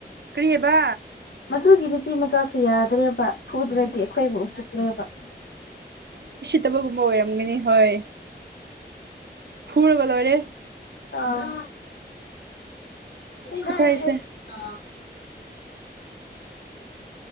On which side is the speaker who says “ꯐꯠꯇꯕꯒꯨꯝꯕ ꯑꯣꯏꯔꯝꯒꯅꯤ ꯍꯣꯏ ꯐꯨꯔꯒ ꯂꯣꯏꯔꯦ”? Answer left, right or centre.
Right